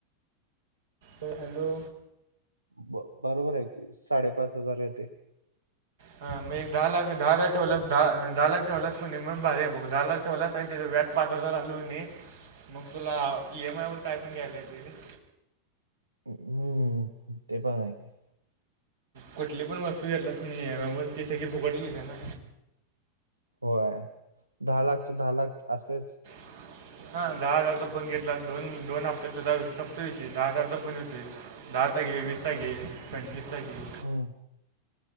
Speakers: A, on the right (about 60°); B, on the right (about 85°).
A: ओ हॅलो!
B: ब बरोबर आहे की साडेपाच हजार येते‌.
A: ह मग एक दहा लाख दहा टवल द दहा लाख टवलस कून म भारीय बघ दहा लाख. <inaudible> ठेवलास आणि तेच व्याज पाच हजार आलू कीन मग तुला इ एम आय वर काय पण घ्यायलाय येतं.
B: हम्म ते पण आहे की
A: कुठली पण वस्तू घेतलास कीनाय इ एम आय वर तर ती फुकटच ईत्या ना.
B: होय दहा लाखच्या दहा लाख असेच.
A: <inaudible> हा दहा हजारचा फोन घेतला, दोन दोन हप्त्यात सप्तेविषयी दहा हजारचा फोन येतोय. दहा चा घे, वीस चा घे, पंचवीस चा घे,
B: हं,